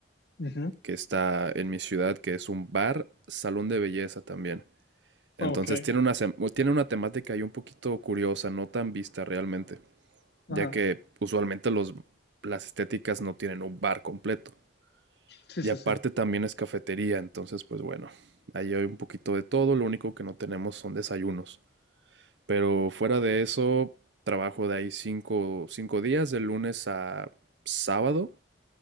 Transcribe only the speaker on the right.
que está en mi ciudad, que es un bar, salón de belleza también. Entonces
tiene una, sem- tiene una temática ahí un poquito curiosa, no tan vista realmente,
ya que usualmente los, las estéticas no tienen un bar completo.
Y
aparte
también es cafetería, entonces pues bueno, ahí hay un poquito de todo, lo único que no tenemos son desayunos. Pero fuera de eso, trabajo de ahí cinco, cinco días, de lunes a sábado.